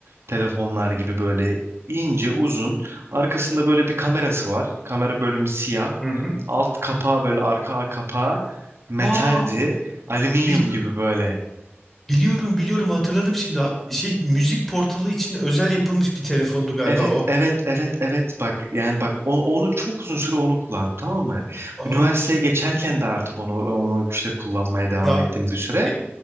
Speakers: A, on the right (about 65°); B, in the centre.
A: telefonlar gibi böyle ince uzun arkasında böyle bir kamerası var kamera bölümü siyah
B: Hı hı.
A: alt kapağı böyle arka kapağı metaldi
B: Aa
A: alüminyum
B: biliyorum.
A: gibi böyle.
B: Biliyorum biliyorum hatırladım şimdi. Ha- Şey müzik portalı için özel yapılmış bir telefondu galiba
A: Evet
B: o.
A: evet evet evet bak yani bak o- onu çok uzun süre onu kullandım tamam mı?
B: Aa
A: Üniversiteye geçerken de artık onu onu işte kullanmaya devam
B: ya
A: ettim bir süre.
B: ne